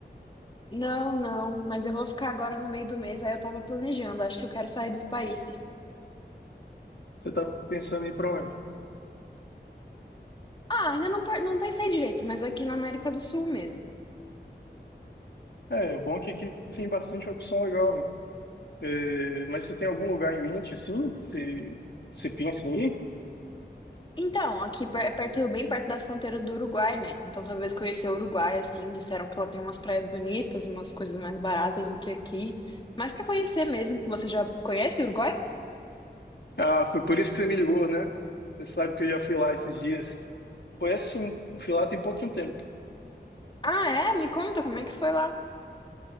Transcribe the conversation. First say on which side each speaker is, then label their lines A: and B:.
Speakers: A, on the left; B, on the left.
A: Não, não, mas eu vou ficar agora no meio do mês, aí eu tava planejando, acho que eu quero sair do país.
B: Você tá pensando em ir pra onde?
A: Ah, ainda não, per- não pensei direito, mas aqui na América do Sul mesmo.
B: É, o bom é que aqui tem bastante opção legal, né? É, mas você tem algum lugar em mente, assim, que você pensa em ir?
A: Então, aqui per- é perto, bem perto da fronteira do Uruguai, né? Então talvez conhecer o Uruguai, assim, disseram que lá tem umas praias bonitas, umas coisas mais baratas do que aqui. Mas pra conhecer mesmo, você já conhece o Uruguai?
B: Ah, foi por isso que você me ligou, né? Você sabe que eu já fui lá esses dias. Conheço sim, fui lá tem pouquinho tempo.
A: Ah, é? Me conta como é que foi lá.